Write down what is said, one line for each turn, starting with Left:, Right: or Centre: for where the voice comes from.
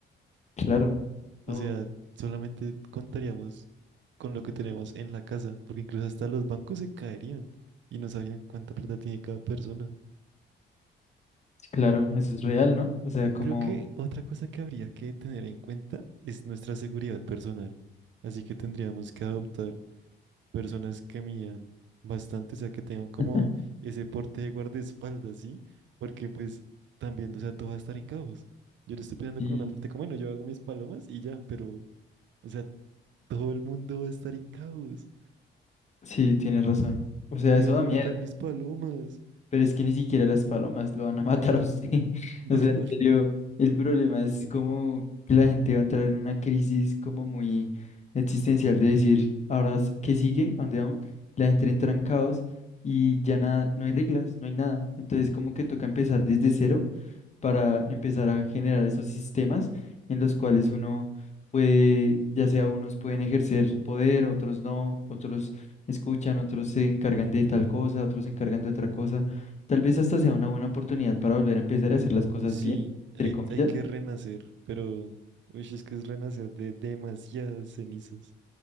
Left: Claro, todo.
Right: O sea, solamente contaríamos con lo que tenemos en la casa, porque incluso hasta los bancos se caerían y no sabrían cuánta plata tiene cada persona.
Left: Claro, eso es real, ¿no? O sea, como...
Right: Creo que otra cosa que habría que tener en cuenta es nuestra seguridad personal. Así que tendríamos que adoptar personas que midan bastante, o sea, que tengan como
Left: <laughs>
Right: ese porte de guardaespaldas, ¿sí? Porque pues también, o sea, todo va a estar en caos. Yo lo estoy pensando
Left: Sí,
Right: como una parte como, bueno, yo hago mis palomas y ya, pero, o sea, todo el mundo va a estar en caos.
Left: sí, tienes razón. O sea,
Right: Iban
Left: eso da
Right: a
Left: miedo.
Right: matar mis palomas.
Left: Pero es que ni siquiera las palomas lo van a <laughs> matar a usted. <laughs>
Right: <laughs> No,
Left: O sea,
Right: no.
Left: en serio, el problema es como que la gente va a entrar en una crisis como muy existencial de decir, ahora, s- ¿qué sigue? ¿A dónde vamos? La gente entra en caos y ya nada, no hay reglas, no hay nada. Entonces, como que toca empezar desde cero para empezar a generar esos sistemas en los cuales uno puede, ya sea unos pueden ejercer poder, otros no, otros escuchan, otros se encargan de tal cosa, otros se encargan de otra cosa. Tal vez hasta sea una buena oportunidad para volver a empezar a hacer las cosas
Right: Sí,
Left: bien, entre
Right: hay,
Left: comillas.
Right: hay que renacer, pero uy, es que es renacer de demasiadas cenizas.